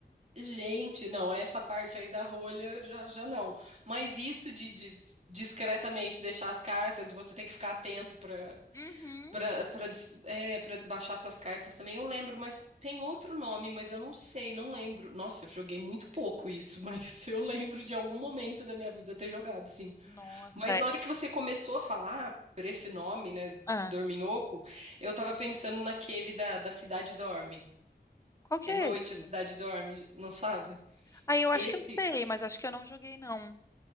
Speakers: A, on the right; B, on the left.
A: Gente, não, essa parte aí da rolha já, já não. Mas isso de, de discretamente deixar as cartas, você tem que ficar atento para
B: Uhum.
A: para para é, para baixar suas cartas também. Eu lembro, mas tem outro nome, mas eu não sei, não lembro. Nossa, eu joguei muito pouco isso, mas <laughs> eu lembro de algum momento da minha vida ter jogado, sim.
B: Nossa.
A: Mas na hora que você começou a falar por esse nome, né,
B: Ah,
A: Dorminhoco, eu tava pensando naquele da, da Cidade Dorme.
B: qual que
A: É
B: é
A: noite,
B: esse?
A: a cidade dorme, não sabe?
B: Aí eu acho
A: Esse
B: que eu sei, mas acho que eu não joguei, não.